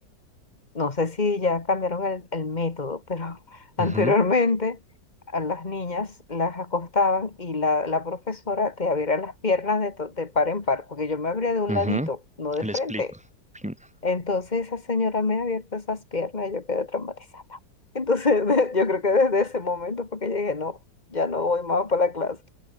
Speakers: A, on the left; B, in the centre.
A: no sé si ya cambiaron el, el método, pero <laughs> anteriormente
B: Ujú,
A: a las niñas las acostaban y la, la profesora te abría las piernas de, to- de par en par, porque yo me abría de un
B: ujú,
A: ladito, no de
B: El
A: frente.
B: split. <laughs>
A: Entonces esa señora me ha abierto esas piernas y yo quedé traumatizada. Entonces, <laughs> yo creo que desde ese momento porque llegué, no, ya no voy más para la clase.